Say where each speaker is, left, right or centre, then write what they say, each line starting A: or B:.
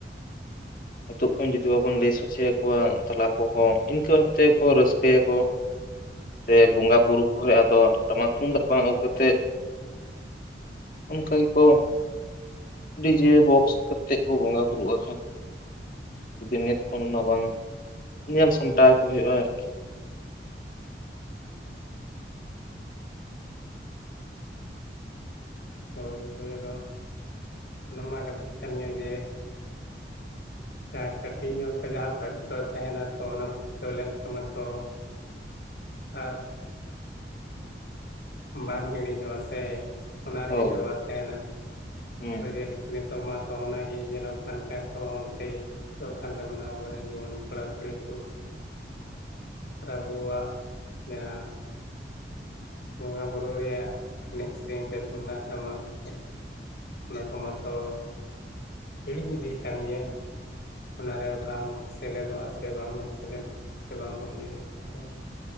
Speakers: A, on the left (about 75°); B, on the left (about 50°).
A: <inaudible>
B: ᱱᱤᱛᱚᱜ ᱠᱷᱚᱱ ᱡᱩᱫᱤ ᱵᱟᱵᱚᱱ ᱞᱟᱹᱭ ᱥᱚᱪᱮᱭᱟ ᱠᱚᱣᱟ ᱛᱟᱦᱞᱮ ᱟᱠᱚ ᱦᱚᱸ ᱤᱱᱠᱟᱹ ᱵᱷᱟᱵᱛᱮ ᱠᱚ ᱨᱟᱹᱥᱠᱟᱹᱭᱟ ᱠᱚ ᱥᱮ ᱵᱚᱸᱜᱟ ᱵᱩᱨᱩ ᱠᱚ ᱟᱫᱚ ᱴᱟᱢᱟᱠ ᱛᱩᱢᱫᱟᱜ ᱵᱟᱝ ᱟᱹᱜᱩ ᱠᱟᱛᱮᱫ ᱚᱱᱠᱟ ᱠᱚ ᱰᱤᱡᱮ ᱵᱚᱠᱥ ᱠᱟᱛᱮᱫ ᱠᱚ ᱵᱚᱸᱜᱟ ᱵᱩᱨᱩᱜ-ᱟ ᱠᱚ ᱡᱩᱫᱤ ᱱᱤᱛ ᱠᱷᱚᱱ ᱚᱱᱟ ᱵᱟᱝ ᱧᱮᱞ ᱥᱟᱢᱴᱟᱣ ᱠᱚ ᱦᱩᱭᱩᱜᱼᱟ ᱟᱨᱠᱤ
A: ᱦᱚᱭ ᱦᱳᱭ ᱟᱫᱚ ᱚᱱᱟ ᱢᱟ ᱠᱟᱛᱷᱟ ᱠᱟᱱ ᱜᱮ ᱡᱟᱦᱟᱸ ᱠᱟᱹᱴᱤᱡ ᱧᱚᱜ ᱠᱷᱚᱡ ᱡᱟᱦᱟᱸ ᱯᱟᱹᱨᱠᱟᱹᱣ ᱛᱟᱦᱮᱱᱟ ᱛᱚ ᱚᱱᱟ ᱯᱟᱹᱨᱠᱟᱹᱣ ᱞᱮᱱᱠᱷᱟᱱ ᱢᱟᱛᱚ ᱟᱨ ᱵᱟᱝ ᱦᱤᱲᱤᱧᱚᱜᱼᱟ ᱥᱮ ᱚᱱᱟ ᱨᱮᱜᱮ
B: ᱦᱳᱭ
A: ᱦᱮᱣᱟ ᱛᱟᱸᱦᱮᱱᱟ
B: ᱦᱩᱸ
A: ᱡᱮᱞᱮᱠᱟ ᱱᱤᱛᱚᱜ ᱢᱟᱛᱚ ᱚᱱᱟᱜᱮ ᱧᱮᱞᱚᱜ ᱠᱟᱱ ᱠᱷᱟᱡ ᱛᱚ ᱚᱱᱛᱮ ᱜᱮᱠᱚ ᱯᱟᱹᱨᱠᱟᱹᱣ ᱠᱟᱱ ᱛᱟᱵᱚᱱᱟ ᱟᱵᱚᱨᱮᱱ ᱡᱩᱣᱟᱹᱱ ᱠᱚᱲᱟ ᱠᱩᱲᱤ ᱠᱚ ᱟᱨ ᱟᱵᱚᱣᱟᱜ ᱡᱟᱦᱟᱸ ᱵᱚᱸᱜᱟ ᱵᱩᱨᱩ ᱨᱮᱭᱟᱜ ᱮᱱᱮᱡ ᱥᱮᱨᱮᱧ ᱥᱮ ᱛᱩᱢᱫᱟᱜ ᱴᱟᱢᱟᱠ ᱛᱮ ᱚᱱᱟ ᱠᱚ ᱢᱟᱛᱚ ᱦᱤᱲᱤᱧ ᱤᱫᱤ ᱠᱟᱱ ᱜᱮᱭᱟ ᱚᱱᱟ ᱨᱮ ᱵᱟᱝ ᱠᱚ ᱥᱮᱞᱮᱫᱚᱜᱼᱟ ᱥᱮ ᱵᱟᱝᱵᱚᱱ ᱥᱮᱞᱮᱫ ᱠᱚᱣᱟ ᱥᱮ ᱵᱟᱝᱵᱚᱱ ᱞᱟᱹᱭ ᱟᱠᱚᱣᱟ ᱛᱚ